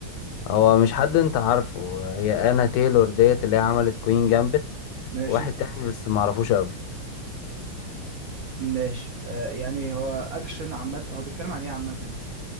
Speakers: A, on the left; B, on the right.
A: هو مش حد انت عارفه هي انا تايلور ديت اللي هي عملت كوين جامبت
B: ماشي
A: واحد تاني بس ما اعرفوش قوي
B: ماشي آه يعني هو اكشن عامه هو بيتكلم عن ايه عامه يعني